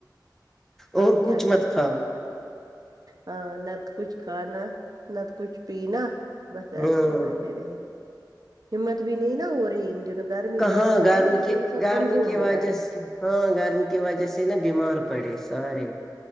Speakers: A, in the centre; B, on the right.
A: اور
B: آپ
A: کچھ
B: کیا
A: مطلب
B: کریں ہاں نہ تو کچھ کھانا نہ تو کچھ پینا بس ایسے
A: ہاں
B: ہی بیٹھے رہے ہممت بھی نہیں نا ہو رہی <unintelligible> ان گرمی
A: کہاں
B: زیادہ ہے
A: گرمی
B: نا اس
A: کے
B: سے انسان
A: گرمی
B: کمزور
A: کی
B: ہوتا
A: وجہ
B: ہے
A: سے ہاں گرمی کی وجہ سے نا بیمار پڑے سارے